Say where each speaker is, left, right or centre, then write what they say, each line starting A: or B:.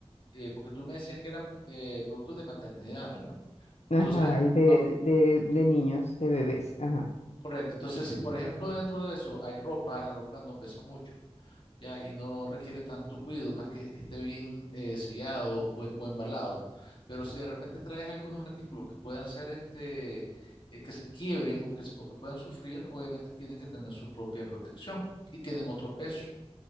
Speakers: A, on the left; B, on the left.
A: eh, porque tú me decías que eran eh, productos de maternidad, ¿verdad? Entonces,
B: Ajá, y de,
A: vam-
B: de, de- de niños, de bebés, ajá,
A: correcto. Entonces, si por ejemplo dentro de eso hay ropa, la ropa no pesa mucho. ya, y no requiere tanto cuidado, más que esté bien eh, sellado o, o embalado. Pero si de repente traes algunos artículos que puedan ser este, eh, que se quiebren o que, s- o que puedan sufrir, obviamente tienen que tener su propia protección y tienen otro peso.